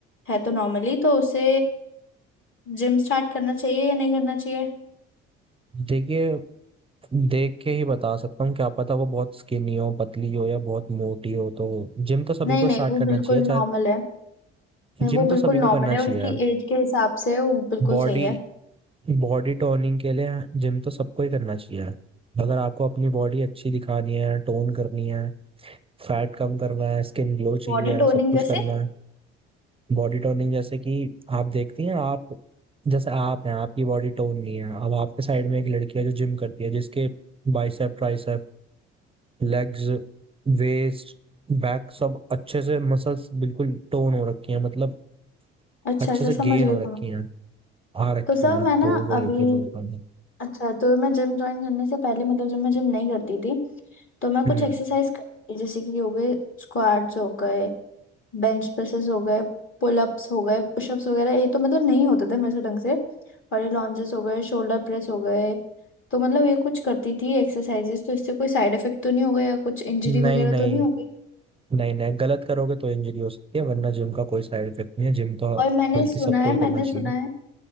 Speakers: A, on the left (about 40°); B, on the right (about 15°).
A: है तो नॉर्मली तो उसे जिम स्टार्ट करना चाहिए या नहीं करना चाहिए
B: देखिए देख के ही बता सकता हूँ क्या पता वो बहुत स्किनी हो पतली हो या बहुत मोटी हो तो जिम तो सभी
A: नहीं
B: को
A: नहीं
B: स्टार्ट
A: वो
B: करना
A: बिल्कुल
B: चाहिए चाहे
A: नॉर्मल है नहीं,
B: जिम
A: वो
B: तो
A: बिल्कुल
B: सभी को
A: नॉर्मल
B: करना
A: है
B: चाहिए
A: उसकी एज के हिसाब से वो बिल्कुल
B: बॉडी
A: सही है
B: बॉडी टोनिंग के लिए जिम तो सबको ही करना चाहिए अगर आपको अपनी बॉडी अच्छी दिखानी है टोन करनी है फैट कम करना है स्किन ग्लो चाहिए
A: बॉडी
B: है,
A: टोनिंग
B: सब कुछ
A: जैसे
B: करना है बॉडी टोनिंग जैसे कि आप देखती हैं आप जैसे आप हैं आपकी बॉडी टोन नहीं है अब आपके साइड में एक लड़की है जो जिम करती है जिसके bicep tricep legs waist back सब अच्छे से मसल्स बिल्कुल टोन हो रखी हैं मतलब
A: अच्छा
B: अच्छे
A: अच्छा
B: से गेन
A: समझ गई
B: हो
A: समझ
B: रखी हैं आ रखी
A: तो सर
B: हैं
A: मैं ना
B: तो
A: अभी
B: वही होती है बॉडी टोनिंग
A: अच्छा तो मैं जिम ज्वाइन करने से पहले मतलब जब मैं जिम नहीं करती थी तो मैं कुछ
B: हम्म
A: एक्सरसाइज करती थी, जैसे कि हो गए स्क्वाट्स हो गए बेंच प्रेसेस हो गए पुलअप्स हो गए पुशअप्स वगैरह ये तो मतलब नहीं होते थे मेरे से ढंग से और ये लॉन्जेस हो गए शोल्डर प्रेस हो गए तो मतलब ये कुछ करती थी एक्सरसाइजेस तो इससे कोई साइड इफेक्ट तो नहीं हो गया कुछ इंजरी
B: नहीं
A: वगैरह
B: नहीं
A: तो नहीं हो गई
B: नहीं नहीं गलत करोगे तो इंजरी हो सकती है वरना जिम का कोई साइड इफेक्ट नहीं है जिम तो
A: और मैंने
B: बल्कि
A: सुना
B: सबको
A: है
B: ही
A: मैंने
B: करना चाहिए
A: सुना है